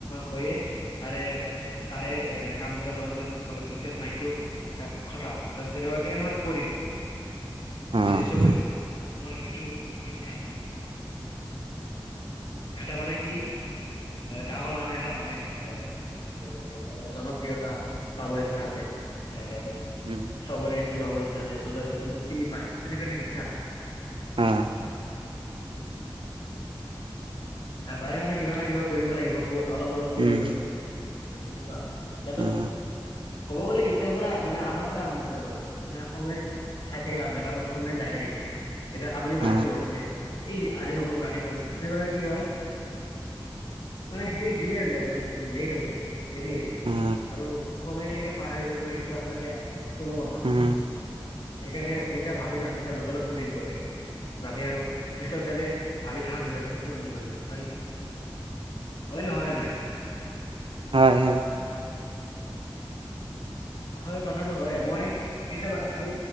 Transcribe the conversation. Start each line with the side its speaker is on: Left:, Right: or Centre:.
Left: হৈয়ে তাৰে। তাৰে এ কামবোৰৰ লগত মই অলপ বিজনেচ মাইডটো খটাম। ত তেনেকুৱাকে মই কৰিম।
Right: অ
Left: বিজনেছটো কৰিম মোৰ সেইটো ইচ্ছা। এটা মানে কি ডাঙৰ মানুহ এটা হবই। ইচ্ছা আছে আৰু তেনেকুৱাকে জনপ্ৰিয়তা পাব ইচ্ছা আছে এ
Right: উম
Left: চবৰে প্ৰিয় হবৰ ইচ্ছা আছে চবই যাতে মোক চিনি পায় ত তেনেকুৱা এটা ইচ্ছা আছে
Right: আহ।
Left: তাৰ কাৰণে কিবা না কিবা কৰিব লাগিব অলপ অলপ কৰি
Right: উম
Left: আছো তেনেকুৱা আৰু। এতিয়া টো।
Right: অ
Left: কব গ'লে ইটাৰ পৰা মানে আগৰ পৰা আৰম্ভ কৰিব লাগে মানে সময় চাই থাকিলে আপোনাৰ কাৰণ সময় যাই থাকিব। এতিয়া আপুনি ভাবিব
Right: অ
Left: যে এই আজি নকৰো কালি পাৰিম তেনেকে কি হয় অ মানে হেৰি ডিলে হৈ যায় বহুত লেট হৈ যায়। দেৰি হৈ যায়
Right: অ
Left: আৰু সময় কেনেকে পাৰ হৈ যাব সেইটো আচলতে কোনো গম নাপায়।
Right: উম
Left: সেইকাৰণে যেতিয়া ভাবি ন তেতিয়া লগে লগ কৰি দিব লাগে যাতে আৰু পিছত যাতে ভাবি থকা নাই। ক ন কৰিৰিলো হয় নে নাই? নহয় ভাবে নে
Right: হয়, হয়।
Left: আচলতে কথাটো হয় মই কেতিয়াবা আৰু